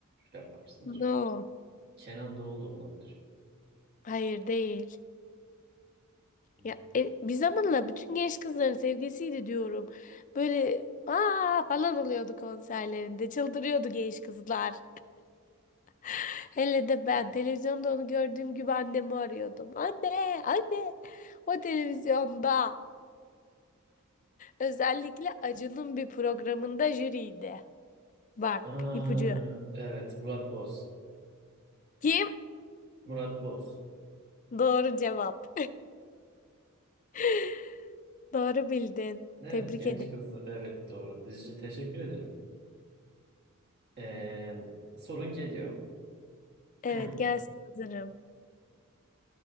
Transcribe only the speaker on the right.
şey yapmamışsındır.
Kenan Doğulu olabilir.
Hmm.
Aa,
evet Murat Boz.
Murat Boz.
Evet
genç
kız. Evet doğru. Dizici teşekkür ederim. Ee, sorun geliyor.
<clears throat>